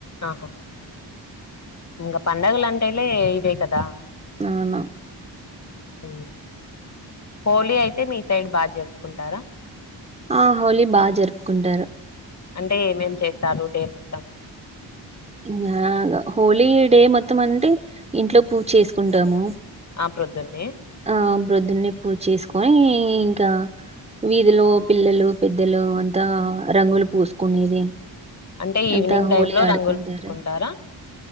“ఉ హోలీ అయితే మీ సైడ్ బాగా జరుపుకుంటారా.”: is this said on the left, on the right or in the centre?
Left